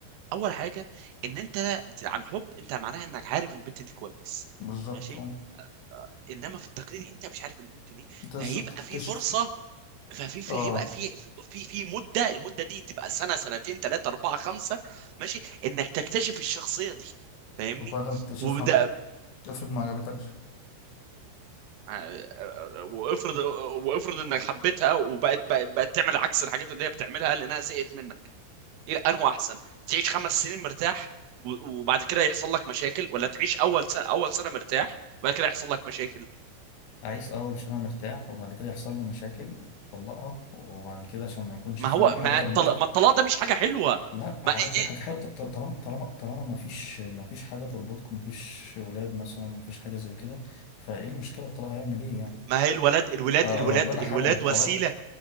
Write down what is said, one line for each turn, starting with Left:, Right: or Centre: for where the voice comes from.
Right: اول حاجه ان انت عن حب انت معناها انك عارف البنت دي كويس
Left: بالظبط
Right: ماشي
Left: اه
Right: انما في التقليدي انت مش عارف البنت دي
Left: أنت لسه
Right: فهيبقى
Left: بتكتشف
Right: في فرصه ففي في
Left: اه
Right: هيبقى في في في في مده المده دي تبقى سنه سنتين ثلاثه اربعه خمسه ماشي انك تكتشف الشخصيه دي فاهمني
Left: وبعد ما تكتشفها
Right: وده
Left: افرض ما عجبتكش
Right: آه، وافرض وافرض انك حبيتها وبقت بقت, بقت تعمل عكس الحاجات اللي هي بتعملها لانها زهقت منك ايه انه احسن تعيش خمس سنين مرتاح و- وبعد كده يحصل لك مشاكل ولا تعيش اول سنه اول سنه مرتاح وبعد كده يحصل لك مشاكل
Left: عايز أول عشان أنا مرتاح وبعد كده يحصل لي مشاكل طلقها وبعد كده عشان ما يكونش
Right: ما
Left: في
Right: هو
Left: حاجة
Right: ما
Left: تربطكم
Right: الطلاق ما الطلاق ده مش حاجه حلوه
Left: لا عادي
Right: ما إيه إيه
Left: حاجة حلوة ط- ط- طالما طالما طالما ما فيش ما فيش حاجة تربطكم ما فيش ولاد مثلا ما فيش حاجة زي كده فايه المشكلة الطلاق هيعمل ايه يعني
Right: ما هي الولد الولاد
Left: آه،
Right: الولاد
Left: آه، ربنا حلل
Right: الولاد
Left: الطلاق
Right: وسيله